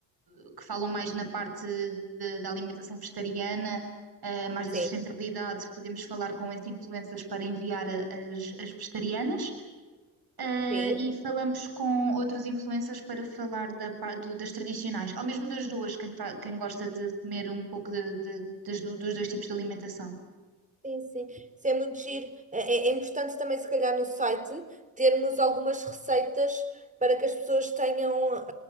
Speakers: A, on the right (about 55°); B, on the right (about 15°).
A: eh, que falam mais na parte de- da alimentação vegetariana, eh, mais da
B: Sim,
A: sustentabilidade. Podemos falar com esses influencers para enviar a- as, as vegetarianas Eh,
B: sim.
A: e falamos com outros influencers para falar da, par- do- das tradicionais, ou mesmo das duas, quem, fa- quem gosta de comer um pouco de- de- das du- dos dois tipos de alimentação.
B: Sim, sim. Isso é muito giro. É, é- é importante também, se calhar, no site, termos algumas receitas para que as pessoas tenham. ah,